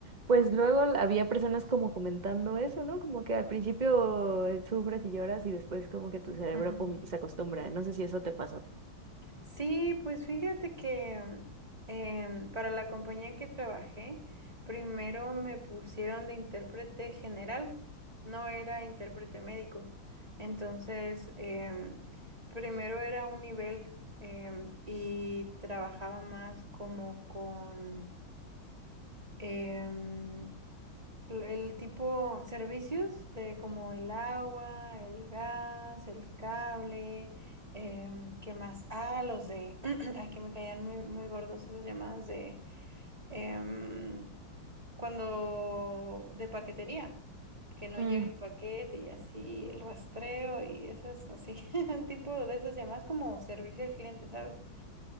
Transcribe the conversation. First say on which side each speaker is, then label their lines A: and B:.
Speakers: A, on the right; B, on the right.
A: pues luego l- había personas como comentando eso, ¿no? Como que al principio eh, sufres y lloras y después como que tu cerebro
B: <laughs>
A: pum, se acostumbra, no sé si eso te pasó.
B: Sí, pues fíjate que em, para la compañía que trabajé, primero me pusieron de intérprete general, no era intérprete médico. Entonces, em, primero era un nivel em, y trabajaba más como con, em, el tipo servicios de como el agua, el gas, el cable, em, ¿qué más? Ah, los de, <clears throat> ay, que me caían muy, muy gordos esas llamadas de em, cuando de paquetería, que no
A: Mm,
B: llega el paquete y así el rastreo y esas así, <laughs> tipo de esas llamadas como servicio al cliente, ¿sabes?